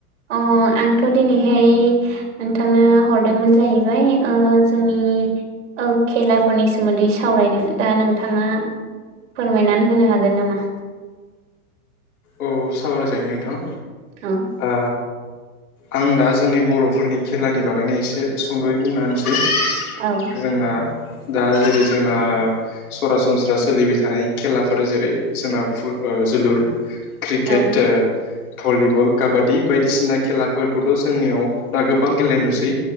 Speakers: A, on the right; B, on the left.
A: अ आंथ' दिनैहाय नोंथांनो हरदोंमोन जाहै फ्राय अ जोंनि औ खेलाफोरनि सोमोन्दै सावरायनो दा नोंथाङा फोरमायनानै होनो हागोन नामा?
B: औ सावराय जायो नोंथां
A: औ
B: आ आं दा जोंनि बर'फोरनि खेलानि बागैनो एसे सुंद'यै बुंना होनसै <unintelligible>
A: औ
B: जोंना दा जेरै जोंना सरासनस्रा सोलिबाय थानाय खेलाफोर जेरै जोंना फु अ जोलुर क्रिकेट
A: औ
B: ओ भलिबल काबादि बायदिसिना खेलाफोरखौथ' जोंनियाव दा गोबां गेले नु सै